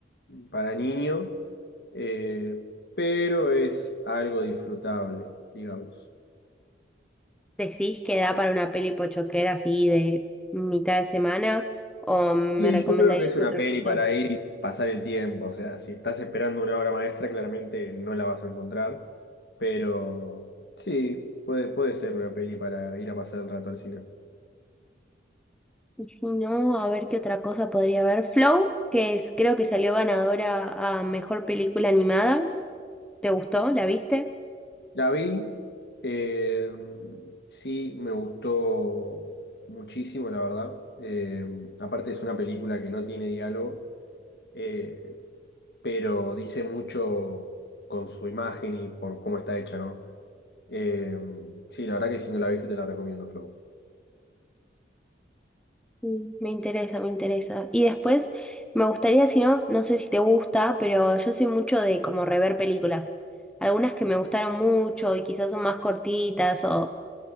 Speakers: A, on the left (about 60°); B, in the centre.
A: para niño, eh, pero es algo disfrutable, digamos.
B: ¿Decís que da para una peli pochoclera así de mitad de semana? ¿O me
A: Y
B: recomendarías
A: yo creo que es una
B: otra
A: peli
B: cosa?
A: para ir y pasar el tiempo. O sea, si estás esperando una obra maestra, claramente no la vas a encontrar. Pero sí, puede, puede ser una peli para ir a pasar el rato al cine.
B: Y si no, a ver qué otra cosa podría haber. Flow, que es, creo que salió ganadora a mejor película animada. ¿Te gustó? ¿La viste?
A: La vi, eh, sí, me gustó muchísimo, la verdad. Eh, aparte es una película que no tiene diálogo, eh, pero dice mucho con su imagen y por cómo está hecha, ¿no? Eh, sí, la verdad que si no la viste te la recomiendo, Flow.
B: Mm, Me interesa, me interesa. Y después, me gustaría, si no, no sé si te gusta, pero yo soy mucho de como rever películas. Algunas que me gustaron mucho y quizás son más cortitas o